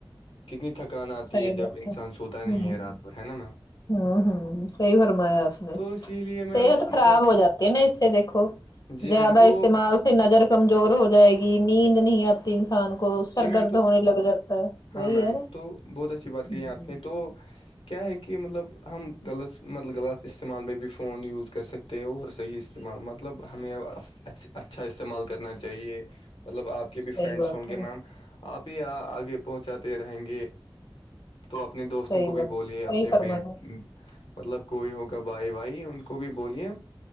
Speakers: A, on the left; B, on the left.
A: کتنی تھکان آتی
B: صحیح
A: ہے جب
B: بات
A: انسان سوتا نہیں
B: ہوں
A: ہے رات ب ہے نا میم
B: ہوں ہوں صحی فرمایا آپ نے
A: تو اسی لیے میم
B: صحت خراب
A: مطلب
B: ہو جاتی ہے نا اس سے دیکھو
A: جی
B: زیادہ
A: میم تو
B: استعمال سے نظر کمزور ہو جائے گی نیند نہیں ا انسان کو سر
A: جی میم
B: درد
A: تو
B: ہونے لگ جاتا ہے
A: ہاں
B: وہی
A: میم
B: ہے نا
A: تو بہت اچھی بات کہ
B: ہوں
A: ہے آپ نے تو کیا ہے کہ مطلب ہم غلط مطلب غلط استعمال میں بھی فون یوز کر سکتے ہیں تھے اور صحیح استعمال مطلب ہمیں اچھا استعمال کرنا چاہیے مطلب آپ کے بھی
B: صحیح
A: فرینڈس
B: بات
A: ہوں گے
B: ہے
A: میم آپ ہی آگے پہنچاتے رہیں گے تو اپنے دوستوں
B: صحیح
A: کو بھی
B: بات
A: بولیے
B: صحیح
A: اپنے
B: فرمایا
A: بیٹ مطلب کوئی ہوگا بائی وائی ان کو بھی بولیے